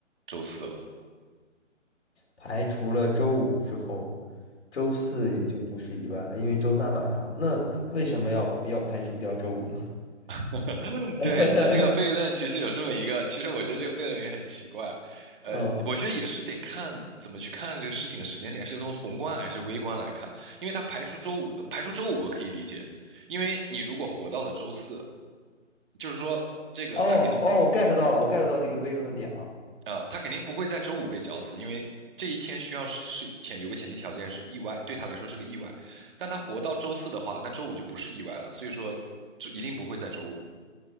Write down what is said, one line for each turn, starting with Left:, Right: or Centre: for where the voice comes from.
Right: 周四了。
Left: 排除了周五之后，周四也就不是意外了，因为周三晚上，那为什么要要排除掉周五呢？
Right: <laughs>
Left: <laughs>
Right: 对，他这个悖论其实有这么一个，其实我觉得这个悖论也很奇怪，
Left: 嗯，
Right: 呃，我觉得也是得看怎么去看这个事情的时间点，是从宏观还是微观来看，因为他排除周五，呃排除周五我可以理解，因为你如果活到了周四，就是说这个他肯定。
Left: 哦哦，我 get 到了，我 get 到这个悖论的点了。
Right: 呃，他肯定不会在周五被绞死，因为这一天需要是是前有个前提条件是意外，对他来说是个意外。但他活到周四的话，那周五就不是意外了，所以说就一定不会在周五。